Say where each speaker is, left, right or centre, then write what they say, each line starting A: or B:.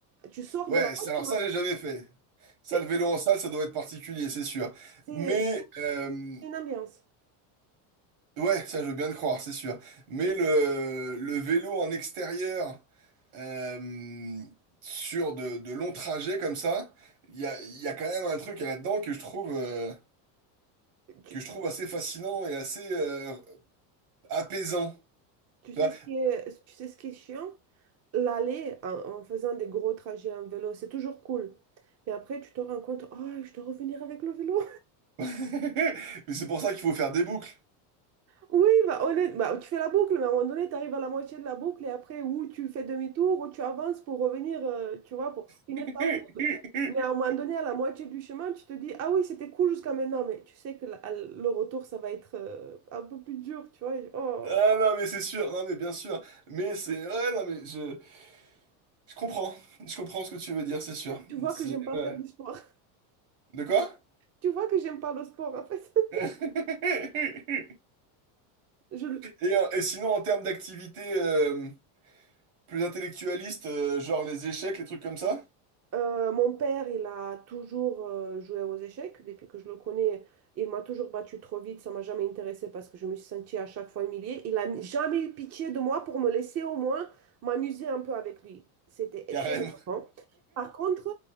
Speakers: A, on the right; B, on the right.
A: Tu sors
B: Ouais,
A: de la
B: c'est-
A: route,
B: alors
A: tu marches.
B: ça, j'ai jamais fait. Ça,
A: C'est
B: le vélo en salle, ça doit être particulier, c'est sûr.
A: c'est-
B: Mais, euh,
A: c'est une ambiance.
B: ouais, ça, je veux bien le croire, c'est sûr. Mais le, le vélo en extérieur, euh, sur de, de longs trajets comme ça, il y a, il y a quand même un truc là-dedans que je trouve, euh,
A: Tu,
B: que je trouve assez fascinant et assez, euh, apaisant.
A: tu
B: Tu
A: sais
B: vois?
A: ce qui est, tu sais ce qui est chiant? L'aller en, en faisant des gros trajets en vélo, c'est toujours cool. Mais après, tu te rends compte, oh, je dois revenir avec le vélo.
B: <laughs> Mais c'est pour ça qu'il faut faire des boucles.
A: Oui, bah, honnête- bah, tu fais la boucle, mais à un moment donné, tu arrives à la moitié de la boucle et après, ou tu fais demi-tour, ou tu avances pour revenir, euh, tu vois, pour finir
B: <laughs>
A: ta boucle. Mais à un moment donné, à la moitié du chemin, tu te dis, ah oui, c'était cool jusqu'à maintenant, mais tu sais que la- à l- le retour, ça va être euh, un peu plus dur, tu vois. et- oh,
B: Ah non, mais c'est sûr, non, mais bien sûr. Mais c'est. Ouais, non, mais je, je comprends. Je comprends ce que tu veux dire, c'est sûr.
A: tu vois
B: C'est.
A: que j'aime pas
B: ouais.
A: faire du sport. <laughs>
B: De quoi?
A: Tu vois que j'aime pas le sport, en fait. <laughs>
B: <laughs> Et,
A: Je,
B: euh, et sinon, en termes d'activité euh, plus intellectualiste, euh, genre les échecs, les trucs comme ça?
A: Euh, mon père, il a toujours euh, joué aux échecs. Depuis que je le connais, il m'a toujours battu trop vite. Ça m'a jamais intéressé parce que je me suis sentie à chaque fois humiliée. Il n'a jamais eu pitié de moi pour me laisser au moins m'amuser un peu avec lui. C'était
B: Carrément.
A: très important.
B: <laughs>
A: Par contre,